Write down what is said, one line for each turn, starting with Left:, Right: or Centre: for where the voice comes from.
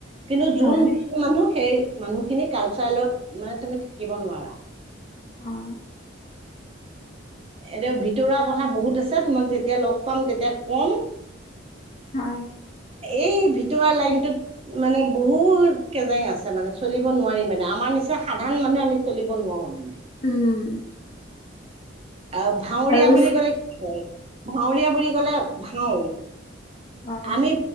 Right: কিন্তু,
Left: হয়
Right: যোন মানুহ সেই মানুহখিনি কালচাৰেলত মানে তুমি থাকিব নোৱাৰা।
Left: অ',
Right: এদ ভিতৰুৱাৰ কথা বহুত আছে তোমাক যেতিয়া লগ পাম তেতিয়া ক'ম
Left: হয়।
Right: এই, ভিতৱা লাইনটোত মানে বহুত কজেং আছে মানে চলিব নোৱাৰি মানে আমাৰ নিচি সাধাৰণ মানুহে আমি চলিব নোৱাৰো মানে
Left: উম,
Right: আৰু ভাৱৰীয়া
Left: আৰু
Right: বুলি কলে কি হয় ভাাৱৰীয়া বুলি কলে ভাও
Left: হয়
Right: আমি